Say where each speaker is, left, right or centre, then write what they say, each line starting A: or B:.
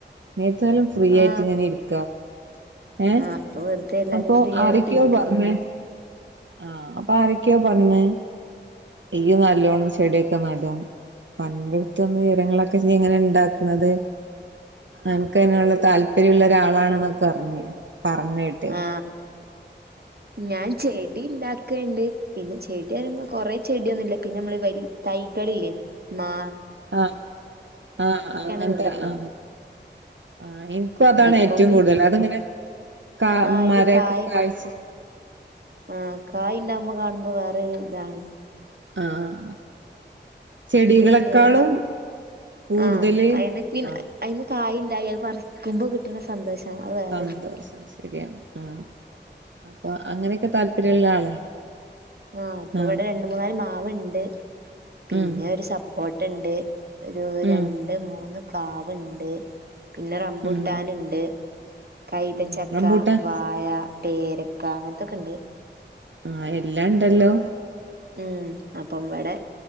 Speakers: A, on the right; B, on the right.
A: ഇനിയേതാലും ഫ്രീ ആയിട്ട്
B: ആ
A: ഇങ്ങനെ ഇരിക്കാം ഏ
B: ആ ഇപ്പൊ വെറുതെ എല്ലാരും
A: അപ്പൊ
B: ഫ്രീ
A: ആരൊക്കെയോ
B: ആയിട്ട് ഇരിക്കല്ലേ
A: പറഞ്ഞു ആഹ് അപ്പൊ ആരൊക്കോ പറഞ്ഞു ഇയ്യ് നല്ലോണ്ണം ചെടിയൊക്കെ നടും അപ്പോ അന്റടുത്തന്ന് വിവരങ്ങളൊക്കെ ഇജ്ജ് എങ്ങനെ ഇണ്ടാക്കണത് എനക്ക് അങ്ങെയുള്ള താല്പര്യമുള്ള ഒരാളാണെന്നൊക്കെ പറഞ്ഞു. പർഞ്ഞേട്ട്
B: ആ ഞാൻ ചെടി ഇണ്ടാക്ക്ണ്ട് പിന്നെ ചെടിറിമ്പം കൊറെേ ചെടിയൊന്നുല്ല പിന്നെ നമ്മള് ഈ വരി തൈകളില്ലേ മാ
A: ആ ആ അങ്ങൻത്ത
B: ഇവിടെള്ളത്
A: ആ ആ എനിക്കും അതാണ്
B: ഇപ്പം
A: ഏറ്റവും കൂടുതൽ അതിങ്ങനെ കാ
B: ആ അതില്
A: മരൊക്കെ
B: കായ
A: കാഴ്ച്ച്
B: ആ കായ് ഇണ്ടാവ്മ്പ കാണുമ്പോ വേറെരു ഇതാണ്
A: ആഹ് ചെടികളെക്കാളും
B: മ്മക്ക് വേറെ
A: കൂടുതല്
B: ആ അയില് പിന്
A: ആഹ്
B: അയിന്ന് കായ് ണ്ടായി അത് പറിക്ക്മ്പ കിട്ട്ണ സന്തോഷം അത് വേറെന്നെല്ലേ
A: സന്തോഷം ശെരിയാണ് ആ അപ്പൊ അങ്ങനെയൊക്കെ താല്പര്യല്ല ആളാണ്
B: ആ ഇപ്പിവിടെ
A: ആഹ്
B: രണ്ടു മൂന്നാല് മാവ്ണ്ട് പിന്നെ
A: ഉം
B: ഒരു സപ്പോ ട്ടണ്ട് ഒരു
A: ഉം
B: രണ്ട് മൂന്ന് പ്ലാവ്ണ്ട് പിന്നെ റമ്പൂട്ടാന്ണ്ട്
A: ഉം
B: കൈതച്ചക്ക
A: ഉം റംബൂട്ടാൻ
B: വായ പേരക്ക അങ്ങനത്തൊക്കെണ്ട്
A: ആ എല്ലാം ണ്ടല്ലോ
B: ഉം അപ്പംവിടെ